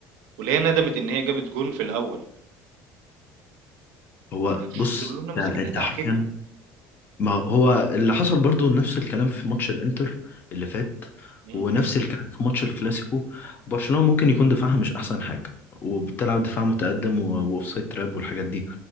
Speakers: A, on the right; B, on the left.
A: واللي هي ندمت ان هي جابت جون في الاول
B: هو
A: برشلونه
B: بص انت
A: ماسكينها
B: انت
A: دعكتها
B: حرفيا ما هو اللي حصل برضو نفس الكلام في ماتش الانتر اللي فات
A: امم
B: ونفس الكلام في ماتش الكلاسيكو برشلونة ممكن يكون دفاعها مش احسن حاجة وبتلعب دفاع متقدم و- واوفسايد تراب والحاجات دي